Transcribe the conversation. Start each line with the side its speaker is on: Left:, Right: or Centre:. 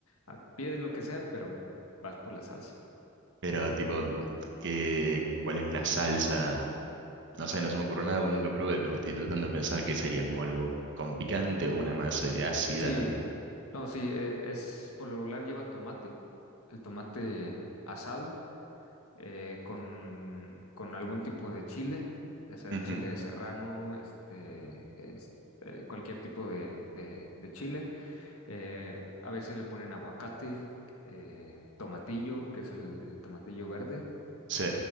Left: a- pides lo que sea, pero vas por la salsa.
Right: Pero tipo, ¿qué, cuál es una salsa? No sé, no se me ocurre nada, porque nunca probé, pero estoy tratando de pensar que sería como algo con picante o una más eh, ácida.
Left: Sí, no, sí, e- es por lo regular lleva tomate, el tomate asado, eh, con, con algún tipo de chile, ya sea
Right: Ujú,
Left: chile serrano, este, es- eh, cualquier tipo de, de- de chile. Eh, a veces le ponen aguacate, eh, tomatillo, que es el el tomatillo verde
Right: Sí,